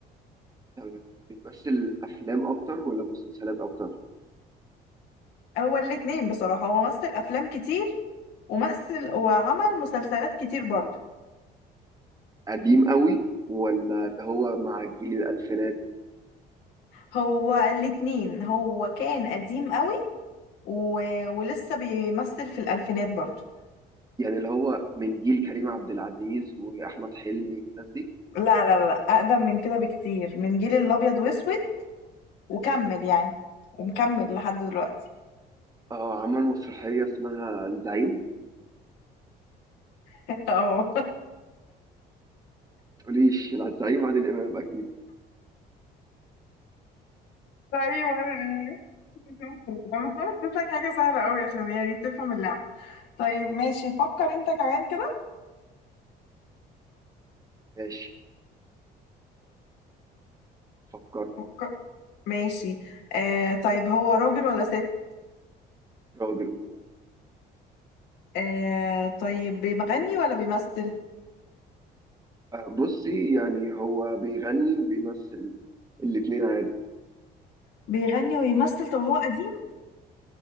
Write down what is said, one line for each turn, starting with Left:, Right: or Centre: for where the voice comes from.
Right: تمام بيمثل أفلام أكتر ولا مسلسلات أكتر؟
Left: هو الاتنين بصراحة هو مثل افلام كتير ومثل وعمل مسلسلات كتير برضه
Right: قديم قوي ولا اللي هو مع الجيل الألفينات
Left: هو الاتنين هو كان قديم قوي و... ولسه بيمثل في الالفينات برضه
Right: يعني اللي هو من جيل كريم عبد العزيز واحمد حلمي والناس دي
Left: لا لا لا لا، اقدم من كده بكتير من جيل الابيض واسود وكمل يعني ومكمل لحد دلوقتي
Right: اه عمل مسرحيه اسمها الزعيم
Left: <laughs> اه
Right: تقوليش لا، الزعيم عادل امام اكيد
Left: لا ايه ولا انا بس انا اديت لك حاجه سهله قوي عشان يعني تفهم اللعبه طيب ماشي فكر انت كمان كده
Right: ماشي فكر
Left: فك- ماشي آه طيب هو راجل ولا ست
Right: راجل
Left: آه طيب بيغني ولا بيمثل
Right: آه بصي يعني هو بيغني وبيمثل الاتنين عادي
Left: بيغني ويمثل طب هو قديم